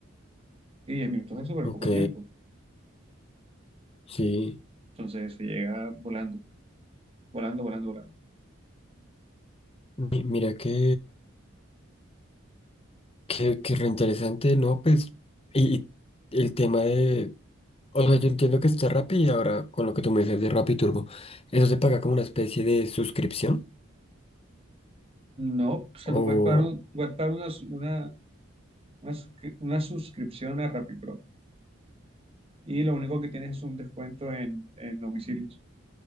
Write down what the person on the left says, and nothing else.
Ok,
sí.
Mi- mira que, que, que re interesante ¿no? Pues, y, y el tema de... O sea, yo entiendo que está Rappi y ahora con lo que tú me dices de Rappi Turbo, ¿eso se paga como una especie de suscripción?
O...